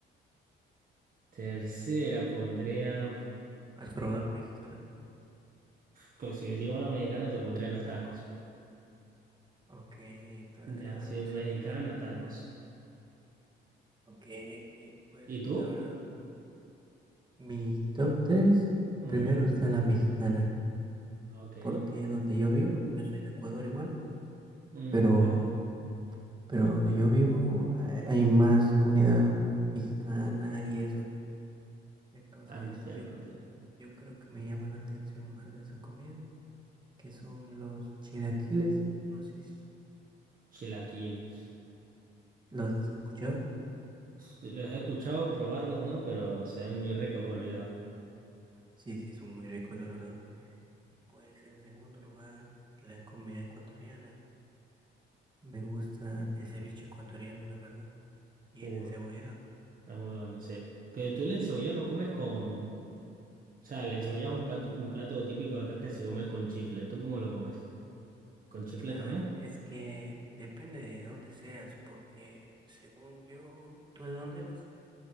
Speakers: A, on the right; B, on the right.
A: Tercera pondría,
B: ¿Has probado la mexicana?
A: pues si digo lo mexicano, te pondría los tacos.
B: Ok. ta-
A: Ya,
B: Es algo
A: sí, mexicana,
B: simple, vaya.
A: tacos.
B: Ok, ok, pues
A: ¿Y tú?
B: la verdad. Mi top tres
A: Ajá.
B: primero está la mexicana,
A: Ok.
B: porque donde yo vivo, yo soy de Ecuador igual,
A: Mm,
B: pero,
A: Ok.
B: pero donde yo vivo ha- hay más comida mexicana y eso. Entonces
A: Ah, entiendo,
B: yo,
A: entiendo.
B: yo creo que me llama la atención más de esa comida, que son los chilaquiles, no sé si
A: Chilaquiles.
B: los has escuchado.
A: Sí, Los he escuchado probarlos, ¿no? Pero se ven muy ricos por video.
B: Sí, sí, son muy ricos, la verdad. Y pues en segundo lugar, la comida ecuatoriana. Me gusta ese bicho ecuatoriano, la verdad, y
A: Uh,
B: el encebollado.
A: es muy bueno, sí. Pero tú el
B: No,
A: encebollado lo comes con... O sea, el encebollado es un pat- un plato típico de acá que se come con chifle. ¿Tú cómo lo comes? ¿Con chifle
B: Claro,
A: también?
B: es que depende de dónde seas, porque según yo, ¿tú de dónde eres?